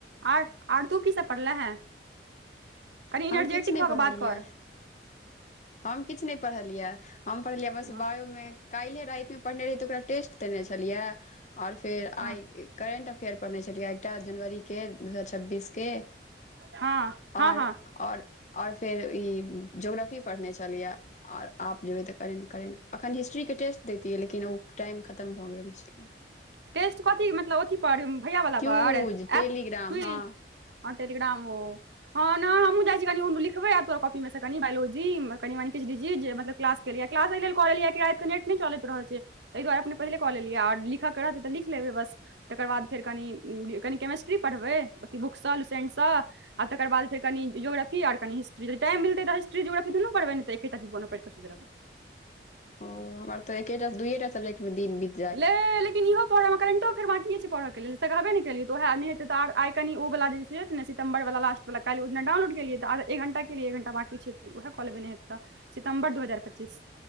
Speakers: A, on the right (about 80°); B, on the left (about 40°).
A: आर आर तू की सब पढ़ले हैं कनि
B: हम
A: एनर्जेटिक
B: किछ नहि
A: भऽ
B: पढ़लियै
A: के बात कर
B: हम किछ नहि पढ़लियै हम पढ़लियै बस
A: हँ
B: बायोमे काल्हिे रातिमे पढ़ने रही तऽ ओकरा टेस्ट देने छलियै आओर फेर
A: हँ
B: आइ करेंट अफेयर पढ़ने छलियै एकटा जनवरीे दू हजार छब्बीस के
A: हँ
B: ओर
A: हँ हँ
B: ओर और फेर ई जोग्रफी पढ़ने छलिय और आब जेबै तऽ करेंट करेंट एखन हिस्ट्रीके टेस्ट दैतियै लेकिन ओ टाइम खतम भऽ गेल छलैया
A: टेस्ट कथी मतलब अथी पर भैया वला
B: क्यूज
A: पर ऐप
B: टेलीग्राम
A: क्वीज
B: हँ
A: हं टेलीग्राम ओ हँ नै हमहुँ जाइ छी कनि उ लिखबे आब तोरा कॉपी मे से कनि बायोलॉजी कनि मनि किछु डीजिट जे मतलब क्लास क्लास एहि लेल कऽ लेलियै कि रातति के नेट नहि चलैत रहल ता दुआरे अपने पहिे कऽ लेलिय आर लिखक क रहते तऽ लिख लेबै बस तकर बाद फेर कनि कनि केमिस्ट्री पढ़बै अथ बुकसँ लुसेंट सँ आ तकर बाद फेर कनि जोग्रफी आर कनि हिट्री टाइमिलतै त हिस्ट्री दुूनो पढ़ब ने तऽ एकटा को नो <unintelligible>
B: ओ हमर तऽ एकेटा दुइए टा सब्जेक्ट मे दिन बित
A: लेली त इहो पढ़ऽ मे करेंटो अफेर्य छै पढ़ के लेल तऽ कहबे ने केलिय तऽह हे त आर आइ कनि ओ वाला जे छै सितम्बर वला लास्ट वलाकल्हिना डाउनलोड केलियै तऽ एक घंटाे केलिय एक घंटा बाकी छै उएहऽ कलेबे नहि हैते तऽ तऽ सितमबर दू हजार पच्चीस